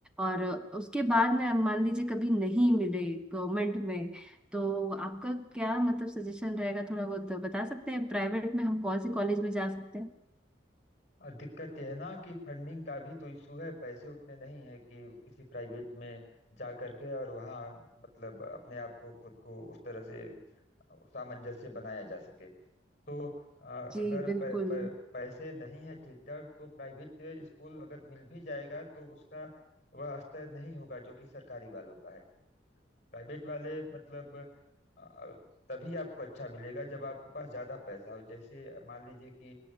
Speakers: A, in the centre; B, on the left.
A: और उसके बाद में अब मान लीजिए कभी नहीं मिले गवर्नमेंट में तो आपका क्या मतलब सजेशन रहेगा थोड़ा बहुत बता सकते हैं प्राइवेट में हम कौन से कॉलेज में जा सकते हैं
B: और दिक्कत यह है ना कि फंडिंग का भी तो इशू है पैसे उतने नहीं है कि किसी प्राइवेट में जा करके और वहाँ मतलब अपने आप को खुद को उस तरह से सामंजस्य बनाया जा सके तो आ,
A: जी
B: अगर
A: बिल्कुल
B: प, प, पैसे नहीं है ठीक ठाक तो प्राइवेट स्कूल अगर मिल भी जाएगा तो उसका वह स्तर नहीं होगा जो कि सरकारी वालों का है प्राइवेट वाले मतलब अ, तभी आपको अच्छा मिलेगा जब आपके पास ज्यादा पैसा हो जैसे मान लीजिए कि